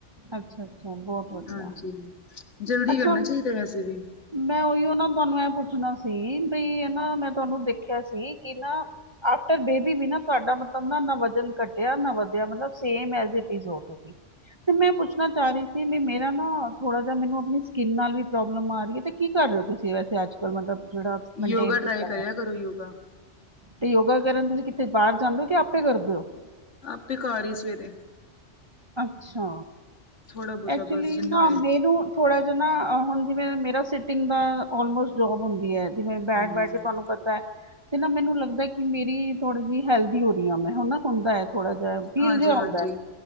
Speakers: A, on the right; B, on the left.
A: ਅੱਛਾ ਅੱਛਾ ਬਹੁਤ ਵਧੀਆ
B: ਹਾਂਜੀ! ਜਲਦੀ
A: ਅੱਛਾ
B: ਕਰਨਾ ਚਾਹੀਦਾ ਵੈਸੇ ਵੀ
A: ਮੈਂ ਉਹੀਓ ਨਾ ਤੁਹਾਨੂੰ ਐ ਪੁੱਛਣਾ ਸੀ। ਬਈ ਇਹ ਨਾ ਮੈਂ ਤੁਹਾਨੂੰ ਦੇਖਿਆ ਸੀ। ਕਿ ਨਾ ਆਫਟਰ ਬੇਬੀ ਵੀ ਨਾ ਤੁਹਾਡਾ ਮਤਲਬ ਨਾ- ਨਾ ਵਜ਼ਨ ਘੱਟਿਆ ਨਾ ਵਧਿਆ। ਮਤਲਬ ਸੇ ਤੁਸੀਂ ਤੇ ਮੈਂ ਪੁੱਛਣਾ ਚਾਹ ਰਹੀ ਸੀ ਵੀ ਮੇਰਾ ਨਾ ਥੋੜਾ ਜ ਮੈਨੂੰ ਆਪਣੀ ਸਕਿਨ ਨਾਲ ਵੀ ਪ੍ਰੋਬਲਮ ਆ ਰਹੀ ਹੈ ਤੇ ਕੀ ਕਰ ਰਹੇ ਹੋ ਤੁਸੀਂ ਵੈਸੇ ਅੱਜ ਕੱਲ ਮਤਲਬ ਜਿਹੜਾ ਮੇਨਟੇਨ
B: ਯੋਗਾ
A: ਕੀਤਾ
B: ਟਰਾਈ ਕਰਿਆ
A: ਹੈ
B: ਕਰੋ ਯੋਗਾ
A: ਤੇ ਯੋਗਾ ਕਰਨ ਤੁਸੀਂ ਕਿੱਥੇ ਬਾਹਰ ਜਾਂਦੇ ਹੋ ਕਿ ਆਪੇ ਕਰਦੇ ਹੋ
B: ਆਪੇ ਘਰ ਹੀ ਸਵੇਰੇ
A: ਅੱਛਾ
B: ਥੋੜਾ ਬਹੁਤਾ
A: ਐਕਚੁਲੀ
B: ਬਸ ਜਿੰਨਾ
A: ਨਾ
B: ਹੋਏ
A: ਮੈਨੂੰ ਥੋੜ੍ਹਾ ਜਿਹਾ ਨਾ ਹੁਣ ਜਿਵੇਂ ਮੇਰਾ ਸਿਟਿੰਗ ਦਾ ਆਲਮੋਸਟ ਜੋਬ ਹੁੰਦੀ ਹੈ ਜਿਵੇਂ ਬੈਠ
B: ਹਮ
A: ਬੈਠ ਕੇ ਤੁਹਾਨੂੰ ਪਤਾ ਹੈ ਤੇ ਨਾ ਮੈਨੂੰ ਲੱਗਦਾ ਕਿ ਮੇਰੀ ਥੋੜ੍ਹੀ ਜਿਹੀ ਹੈਲਦੀ ਹੋ ਰਹੀ ਆ ਮੈਂ ਹਨਾ ਹੁੰਦਾ ਹੈ ਥੋੜਾ ਜਿਹਾ ਫੀਲ
B: ਹਾਂਜੀ
A: ਜਿਹਾ
B: ਹਾਂਜੀ
A: ਹਉਂਦਾ ਹੈ